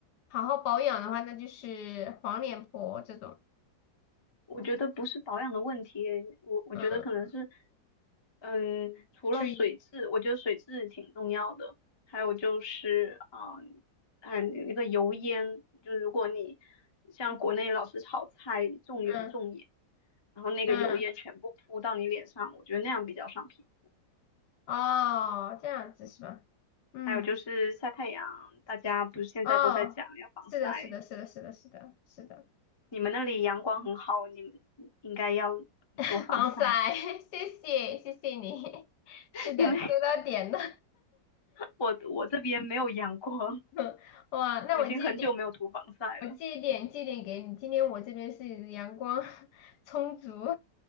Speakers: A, on the left; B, on the left.
A: 好好保养的话，那就是黄脸婆这种。
B: 我觉得不是保养的问题，我我觉得可能是，
A: 嗯，
B: 嗯，除了水质，
A: 所以，
B: 我觉得水质挺重要的，还有就是，嗯，嗯，那个油烟，就是如果你像国内老是炒菜重油重盐，
A: 嗯
B: 然后那个油烟全部扑到你脸上，
A: 嗯。
B: 我觉得那样比较伤皮肤。
A: 哦，这样子是吧？嗯，
B: 还有就是晒太阳，大家不是现在都在讲要防晒，
A: 哦，是的，是的，是的，是的，是的，是的，
B: 你们那里阳光很好，你们应该要
A: <laughs>
B: 多防晒，
A: 防晒，<laughs> 谢谢，谢谢你，<laughs> 是的，
B: <laughs> 因为
A: 说到点了，
B: 我我这边没有阳光，
A: <laughs> 哇，那我借一点，
B: 我已经很久没有涂防晒了，
A: 我借一点，借一点给你。今天我这边是阳光 <laughs> 充足，